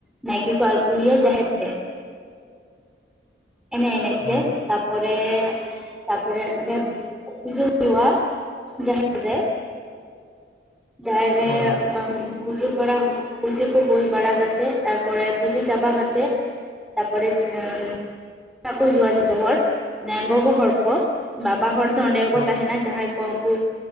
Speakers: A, in the centre; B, on the left.
A: ᱱᱟᱭᱠᱮ ᱠᱚ ᱟᱹᱜᱩᱭᱟ ᱡᱟᱦᱮᱨ ᱛᱮ᱾ ᱮᱱᱮᱡ ᱮᱱᱮᱡ
B: ᱦᱳᱭ
A: ᱛᱮ᱾ ᱛᱟᱯᱚᱨᱮ ᱛᱟᱯᱚᱨᱮ ᱚᱸᱰᱮ ᱯᱩᱡᱟᱹ ᱦᱩᱭᱩᱜᱼᱟ ᱡᱟᱦᱮᱨ ᱨᱮ᱾ ᱡᱟᱦᱮᱨ ᱨᱮ
B: ᱦᱳᱭ
A: ᱯᱩᱡᱟᱹ ᱵᱟᱲᱟ ᱯᱩᱡᱟᱹ ᱠᱚ ᱦᱩᱭ ᱵᱟᱲᱟ ᱠᱟᱛᱮᱜ ᱛᱟᱨᱯᱚᱨᱮ ᱯᱩᱡᱟᱹ ᱪᱟᱵᱟ ᱠᱟᱛᱮᱫ᱾ ᱛᱟᱯᱚᱨᱮ ᱚᱲᱟᱜ ᱠᱚ ᱦᱤᱡᱩᱜᱼᱟ ᱡᱚᱛᱚ ᱦᱚᱲ ᱱᱮ ᱜᱚᱜᱚ ᱦᱚᱲ ᱠᱚ᱾ ᱵᱟᱵᱟ ᱦᱚᱲ ᱫᱚ ᱚᱸᱰᱮ ᱜᱮᱠᱚ
B: ᱦᱳᱭ
A: ᱛᱟᱦᱮᱱᱟ ᱡᱟᱦᱟᱸᱭ ᱠᱚ ᱩᱱᱠᱩ